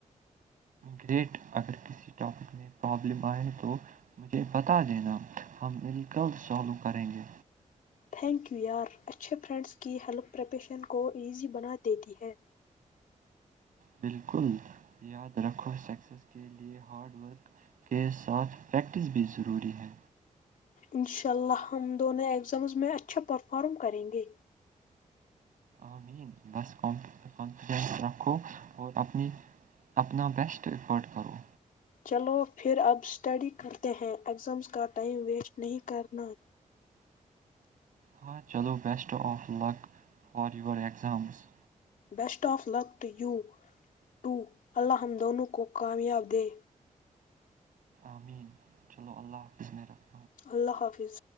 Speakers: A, on the right (about 80°); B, on the left (about 85°).
A: گریٹ اگر کسی ٹاپک میں پرابلم آئے تو مجھے بتا دینا ہم بلکل سولب کریں گے
B: تھینک یو یار اچھے فرینڈس کی ہیلپ پریپیشن کو ایزی بنا دیتی ہے
A: بالکل یاد رکھو سکسیس کے لیے ہارڈ ورک کے ساتھ پریکٹس بھی ضروری ہے
B: انشاء اللہ ہم دونوں ایگزامز میں اچھا پرفارم کریں گے
A: امین بس کانفیڈینس رکھو اور اپنی اپنا بیسٹ ایفرٹ کرو
B: چلو پھر اب اسٹڈی کرتے ہیں ایگزامس کا ٹائم ویسٹ نہیں کرنا
A: ہاں چلو best of luck for your exams
B: best of luck to you too اللہ ہم دونوں کو کامیاب دے
A: امین چلو اللہ حافظ میں رکھ
B: اللہ حافظ